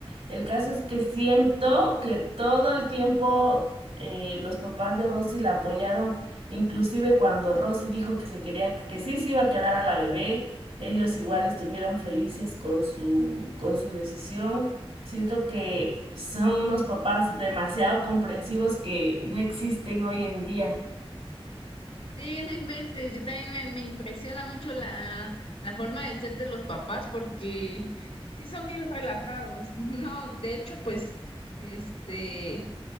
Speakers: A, on the right (about 80°); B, on the left (about 75°).
A: El caso es que siento que todo el tiempo eh, los papás de Rosy la apoyaron Inclusive cuando Rosy dijo que se quería, que sí se iba a quedar a la bebé, ellos igual estuvieron felices con su, con su decisión. Siento que son unos papás demasiado comprensivos que no existen hoy en día.
B: Sí, no inventes, yo también me, me impresiona mucho la, la forma de ser de los papás porque sí son bien relajados. <laughs> No, de hecho, pues, este,